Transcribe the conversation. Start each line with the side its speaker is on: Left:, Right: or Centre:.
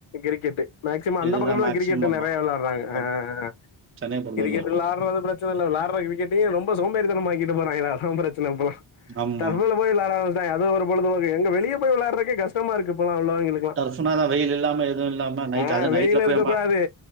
Left: கிரிக்கெட்டு மேக்சிமம் அந்த
Right: இதுதான்
Left: பக்கமல்லா
Right: மேக்ஸிமம்
Left: கிரிக்கெட்டு
Right: ஆமா,
Left: நெறையா வெளாடுறாங்க அ
Right: ஆமா. சென்னைய பொறுத்தவரைக்கும்.
Left: கிரிக்கெட் வெளாடறது பிர ச்சனல்ல வெளாடற கிரிக்கெட்டயே ரொம்ப சோம்பேறித்தனமாக்கிட்டு போறாங்லா அதா பிரச்சன இப்பல்லா
Right: ஆமா.
Left: தற்கொல போய் வெளாடாததுதா அது ஒரு பொழுதுபோக்கு எங்க வெளிய போய் வெளாடறக்கே கஷ்டமா இருக்கு இப்பல்லா உள்ளவங்ளுக்கு
Right: டர்ஃப்னா தான் வெயில் இல்லாம எதுவும் இல்லாம நைட்ல
Left: ஆ
Right: அதுவும்
Left: வெயில்
Right: நைட்ல
Left: இருக்க
Right: போய் நம்ம
Left: கூடாது